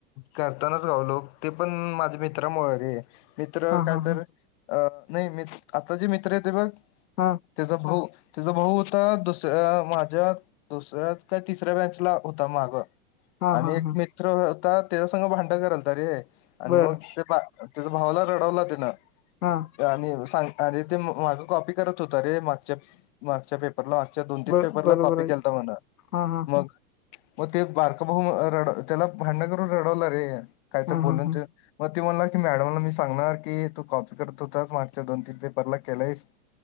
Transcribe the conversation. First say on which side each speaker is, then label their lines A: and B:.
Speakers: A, on the left; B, on the left.
A: करतानाच गावलो ते पण माझ्या मित्रामुळे रे. मित्र
B: हा
A: काय
B: हा
A: तर
B: हा
A: अ नाही मि् आता जे मित्र आहेत ते बघ
B: हं
A: त्याचा भाऊ, त्याचा भाऊ होता दुसऱ्या माझ्या दुसऱ्यात काय तिसऱ्या बॅच ला होता माग
B: हा
A: आणि
B: हा
A: एक
B: हा
A: मित्र होता त्याच्या संग भांड करायलता रे आणि
B: बरं
A: मग ते त्याचा भावला रडवलं तिन-
B: हं
A: आणि सांग आणि ते माग कॉपी करत होत रे मागच्या... मागच्या पेप् परला आजच्या दोन-तीन
B: ब
A: पेपरला
B: बरोबर
A: कॉपी
B: आहे
A: केलता म्हण
B: हा हा
A: मग
B: हा
A: मग ते बारका भाऊ रड् त्याला भांडण करून रडवलं रे काही
B: हा
A: तर बोलून
B: हा हा
A: ते मग त्यो म्हणला की मॅडमला मी सांगणार की, तू कॉपी करत होतास मागच्या दोन-तीन पेपरला केलाईस. <inaudible>